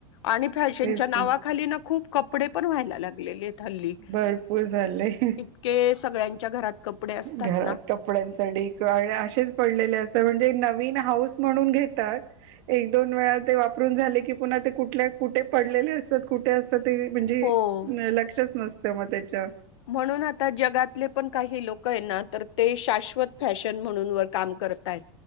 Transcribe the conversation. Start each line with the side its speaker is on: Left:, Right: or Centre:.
Left: आणि फॅशनच्या
Right: तेच
Left: नावाखाली
Right: ना
Left: ना खूप कपडे पण व्हायला लागलेले हल्ली
Right: भरपूर झालंय
Left: इतके सगळ्यांच्या घरात कपडे असतात
Right: घरात
Left: ना
Right: कपड्यांचा ढिगारा असेच पडलेले असता म्हणजे नवीन हाऊस म्हणून घेतात एक दोन वेळा ते वापरून झाले की पुन्हा ते कुठ कुठे पडलेले असतात कुठे असतात ते म्हणजे
Left: हो
Right: लक्षच नस तं मग त्याच्या
Left: म्हणून आता जगातले पण काही लोक आहे ना तर ते शाशवत फॅशन म्हणून वर काम कर करताय